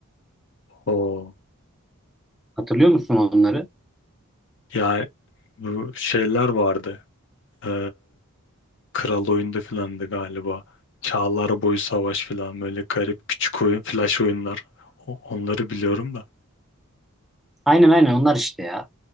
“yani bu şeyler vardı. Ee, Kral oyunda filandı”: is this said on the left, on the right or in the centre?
Left